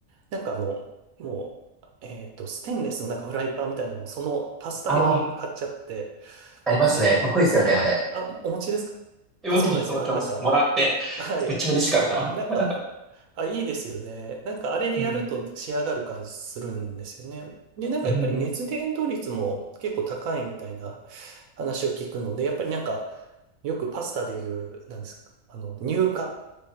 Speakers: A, on the right (about 80°); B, in the centre.
A: なんかあの、もう、えっと、ステンレスのなんかフライパンみたいなのも、そのパスタ用に買っちゃって、
B: あー、ありますね。
A: で、
B: かっこいいですよね、
A: はい。
B: あれ。
A: あ、お持ちですか
B: え持ってます、
A: あ、そうなんですよ。
B: 持ってます。
A: あの、なんか、
B: もらって、
A: はい、
B: めっちゃ嬉しかった。
A: そう、なんか、あ、いいですよね。なんか、あれでやると仕上がる感じするんですよね。
B: うん。
A: で、なんかやっぱり熱伝導率も結構高いみたいな
B: うんうん。
A: 話を聞くので、やっぱりなんか、よくパスタで言う、なんですか、あの、乳化